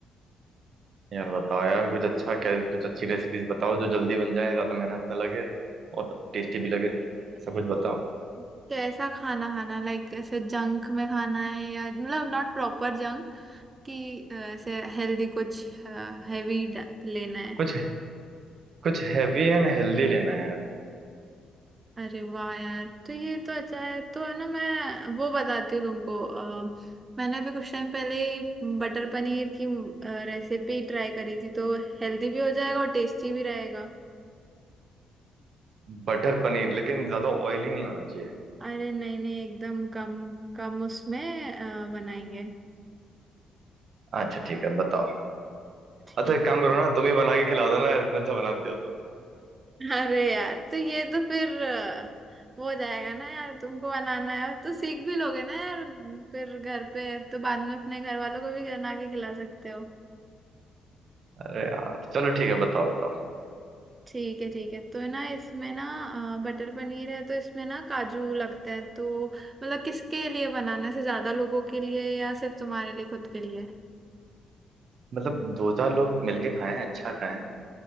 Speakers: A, on the right; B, on the right.
A: यार बताओ यार कुछ अच्छा क्या कुछ अच्छी रेसिपीज बताओ जो जल्दी बन जाए ज्यादा मेहनत ना लगे और टेस्टी भी लगे ऐसा कुछ बताओ
B: तो कैसा खाना खाना लाइक ऐसे जंक में खाना है या मतलब नॉट प्रॉपर जंक कि अ, ऐसे हेल्दी कुछ हैवी लेना है
A: कुछ कुछ हैवी एंड हेल्दी लेना है यार
B: अरे वाह यार तो ये तो अच्छा है तो है ना मैं वो बताती हूँ तुमको अ, मैंने अभी कुछ टाइम पहले ही बटर पनीर की रेसिपी ट्राई करी थी तो हेल्दी भी हो जाएगा और टेस्टी भी रहेगा
A: बटर पनीर लेकिन ज्यादा ऑयली नहीं होना चाहिए
B: अरे नहीं नहीं एकदम कम कम उसमें अ, बनाएंगे
A: अच्छा ठीक है बताओ
B: ठीक
A: अच्छा एक काम करो ना तुम ही बना के खिला दो ना यार इतना अच्छा बनाती हो तो
B: अरे यार तो ये तो फिर अ, वो हो जाएगा ना यार तुमको बनाना है तो सीख भी लोगे ना यार फिर घर पे तो बाद में अपने घर वालों को भी बना के खिला सकते हो
A: अरे यार चलो ठीक है बताओ बताओ
B: ठीक है ठीक है तो है ना इसमें ना अ, बटर पनीर है तो इसमें ना काजू लगता है तो मतलब किसके लिए बनाना है से ज्यादा लोगों के लिए या सिर्फ तुम्हारे लिए खुद के लिए
A: मतलब दो चार लोग मिलके खाएं अच्छा खाएं